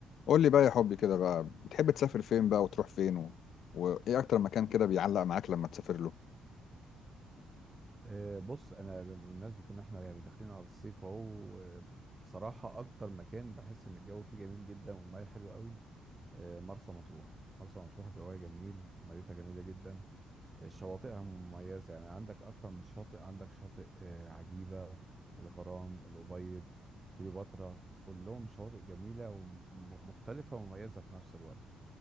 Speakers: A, on the left (about 70°); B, on the right (about 25°).
A: قول لي بقى يا حبي كده بقى بتحب تسافر فين بقى وتروح فين و... وايه اكتر مكان كده بيعلق معاك لما تسافر له
B: آه، بص انا بمناسبه ان احنا يعني داخلين على الصيف اهو آه، بصراحه اكتر مكان بحس ان الجو فيه جميل جدا والميه حلوه قوي آه، مرسى مطروح مرسى مطروح جواها جميل ميتها جميله جدا آه، شواطئها مميزه يعني عندك اكتر من شاطئ عندك شاطئ آه، عجيبه الغرام الابيض كليوباترا كلهم شواطئ جميله ومختلفه ومميزه في نفس الوقت